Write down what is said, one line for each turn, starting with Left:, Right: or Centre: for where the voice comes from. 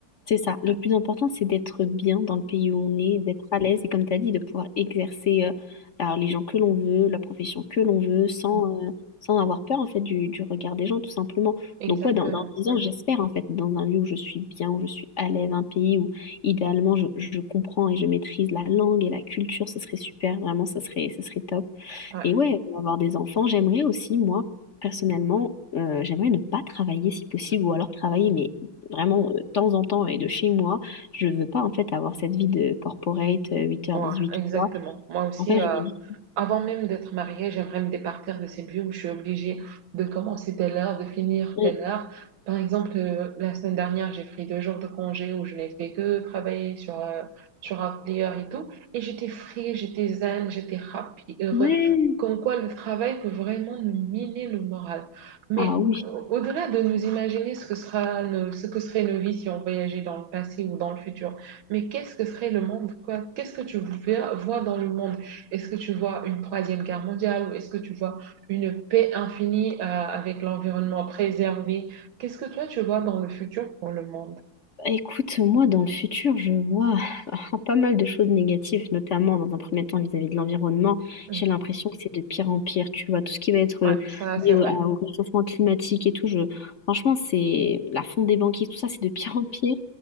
Left: C'est ça. Le plus important, c'est d'être bien dans le pays où on est, d'être à l'aise et, comme tu as dit, de pouvoir exercer euh, la religion que l'on veut, la profession que l'on veut, sans,
Right: Mhm.
Left: euh, sans avoir peur en fait du, du regard des gens, tout simplement.
Right: Exactement.
Left: Donc, ouais, dans, dans 10 ans, j'espère en fait, dans un lieu où je suis bien, où je suis à l'aise, un pays où idéalement je, je comprends et je maîtrise la langue et la culture, ce serait super, vraiment, ça serait, ça serait top.
Right: Ouais.
Left: Et ouais, avoir des enfants, j'aimerais aussi, moi, personnellement, euh, j'aimerais ne pas travailler si possible, ou alors travailler, mais vraiment euh, de temps en temps et de chez moi. Je veux pas, en fait, avoir cette vie de corporate, euh, 8h-18,
Right: Ouais, exactement.
Left: quoi.
Right: Moi aussi,
Left: En fait,
Right: euh,
Left: je me dis,
Right: avant même d'être mariée, j'aimerais me départir de cette vie où je suis obligée de commencer telle heure, de finir
Left: euh,
Right: telle heure. Par exemple, euh, la semaine dernière, j'ai pris deux jours de congé où je n'ai fait que travailler sur, euh, sur un player et tout. Et j'étais free, j'étais zen, j'étais happy, heureux.
Left: ouais,
Right: Comme quoi, le travail peut vraiment nous miner le moral. Mais
Left: ah oui.
Right: euh, au-delà de nous imaginer ce que sera nos- ce que serait nos vies si on voyageait dans le passé ou dans le futur, mais qu'est-ce que serait le monde, quoi? Qu'est-ce que tu vois vois dans le monde? Est-ce que tu vois une troisième guerre mondiale ou est-ce que tu vois une paix infinie, euh, avec l'environnement préservé? Qu'est-ce que toi tu vois dans le futur pour le monde?
Left: Écoute, moi, dans le futur, je vois <laughs> pas mal de choses négatives, notamment dans un premier temps vis-à-vis de l'environnement.
Right: Mhm.
Left: J'ai l'impression que c'est de pire en pire, tu vois, tout ce qui va être
Right: Ouais,
Left: euh,
Right: ça
Left: lié
Right: c'est
Left: au,
Right: vrai,
Left: à- au réchauffement climatique et tout. Je... Franchement, c'est la fonte des banquiers, tout ça, c'est de pire en pire.